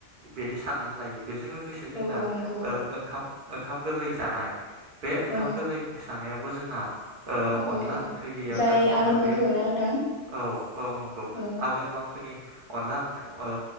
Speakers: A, on the right (about 50°); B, on the left (about 35°).
A: बिदि साननानै लायो। बेजों लोगोसे जोंना
B: औ औ नंगौ
A: ओ ओंखाम ओंखाम गोरलै जानाय बे ओंखाम
B: औ
A: गोरलै स जानायावबो जोंना ओ
B: औ
A: अनला
B: औ औ
A: ओंख्रि गैयाब्ला
B: जाय
A: जोंहा
B: आघोन मांखोआव
A: बे
B: ना नोंथां
A: औ औ नंगौ
B: औ
A: आघोन मांखोनि अनला ओंख्रि ओ